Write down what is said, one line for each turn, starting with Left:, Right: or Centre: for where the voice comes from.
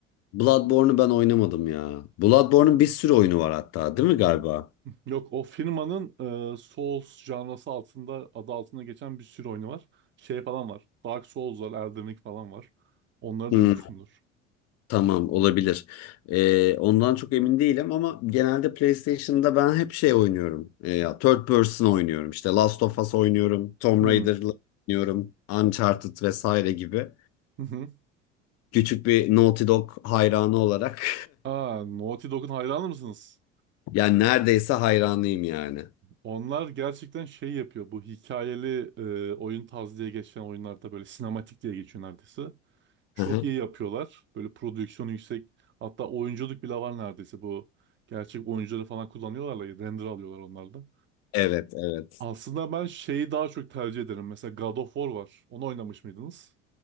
Left: Bloodborne'u ben oynamadım ya. Bloodborne'un bir sürü oyunu var hatta, değil mi galiba?
Right: Yok o firmanın e, Souls janrası altında adı altında geçen bir sürü oyunu var. Şey falan var. Dark Souls var, Elden Ring falan var. Onları
Left: Hı,
Right: duymuşsundur.
Left: tamam olabilir. Ee, ondan çok emin değilim ama genelde PlayStation'da ben hep şey oynuyorum. Ee, ya third person oynuyorum. İşte Last of Us oynuyorum, Tomb
Right: Hmm.
Left: Raider'la oynuyorum, Uncharted vesaire gibi.
Right: Hı hı.
Left: Küçük bir Naughty Dog hayranı olarak
Right: Aa, Naughty Dog'un hayranı mısınız?
Left: <laughs> yani neredeyse hayranıyım yani.
Right: Onlar gerçekten şey yapıyor. Bu hikayeli e, oyun tarzı diye geçen oyunlarda böyle sinematik diye geçiyor neredeyse. Çok
Left: Hı hı.
Right: iyi yapıyorlar. Böyle prodüksiyonu yüksek. Hatta oyunculuk bile var neredeyse bu. Gerçek oyuncuları falan kullanıyorlar. Render alıyorlar onlarda.
Left: Evet, evet.
Right: Aslında ben şeyi daha çok tercih ederim. Mesela God of War var. Onu oynamış mıydınız?